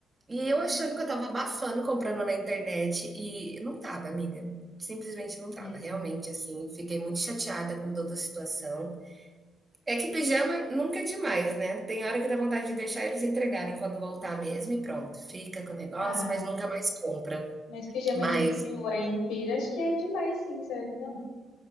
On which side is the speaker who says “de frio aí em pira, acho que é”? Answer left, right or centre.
Left